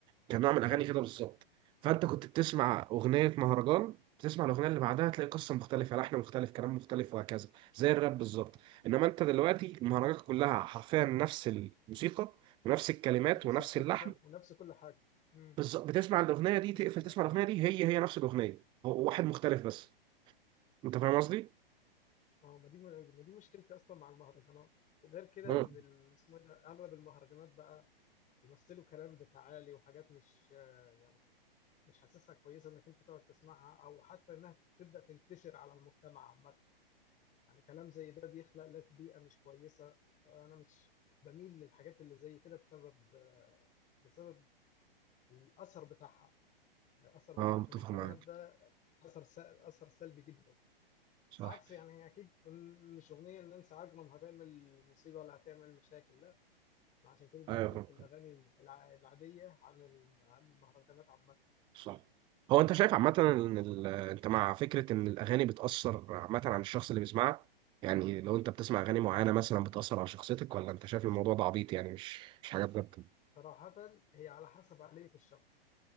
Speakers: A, on the right (about 15°); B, on the left (about 25°).
A: كان نوع من الاغاني
B: ايوه
A: كده
B: فاهم
A: بالظبط فانت كنت بتسمع اغنيه مهرجان تسمع الاغنيه اللي بعدها تلاقي قصه مختلفه لحن مختلف كلام مختلف وهكذا زي الراب بالظبط انما انت دلوقتي المهرجانات كلها حرفيا نفس الموسيقى ونفس الكلمات
B: نفس
A: ونفس
B: الفكره
A: اللحن
B: ونفس كل حاجه امم
A: بالظبط بتسمع الاغنيه
B: دي
A: دي
B: مشكله
A: تقفل تسمع الاغنيه دي هي هي نفس الاغنيه هو واحد مختلف بس انت فاهم قصدي؟
B: اه ما دي ما دي مشكلتي اصلا مع المهرجانات وغير كده
A: مم.
B: ان ال- اسمه ايه ده اغلب المهرجانات بقى بيمثلوا كلام بتعالي وحاجات مش آه، يعني مش حاسسها كويسه انك انت تقعد تسمعها او حتى انها تبدا تنتشر على المجتمع عامه يعني كلام زي ده بيخلق لك بيئه مش كويسه آه، انا مش بميل للحاجات اللي زي كده بسبب آه، بسبب الاثر بتاعها الاثر بتاع
A: اه
B: المهرجانات
A: متفق معاك
B: ده اثر س- اثر سلبي جدا
A: صح
B: بس عكس يعني اكيد مش اغنيه ان نانسي عجرم هتعمل مصيبه ولا هتعمل مشاكل لا عشان كده دي
A: ايوه
B: ميزه
A: فاهم
B: الاغاني الع- العاديه عن الم- عن المهرجانات عامه
A: صح هو انت شايف عامة ان ال... انت مع فكرة ان الاغاني بتأثر عامة على الشخص اللي بيسمعها يعني لو انت بتسمع اغاني معينة مثلا بتأثر على شخصيتك ولا انت شايف الموضوع ده عبيط يعني مش مش حاجة بجد
B: صراحة هي على حسب عقلية الشخص